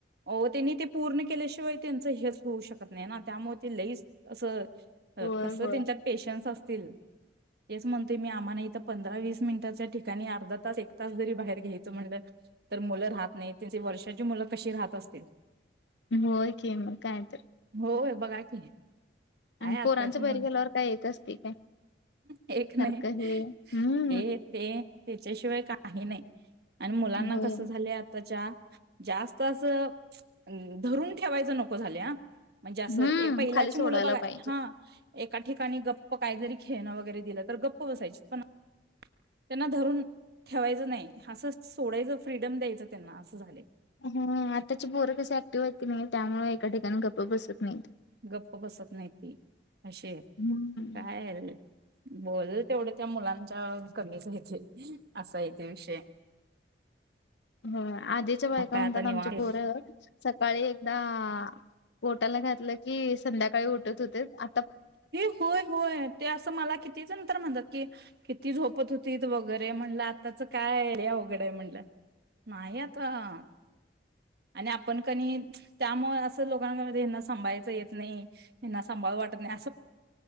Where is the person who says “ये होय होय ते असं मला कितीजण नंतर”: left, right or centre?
Right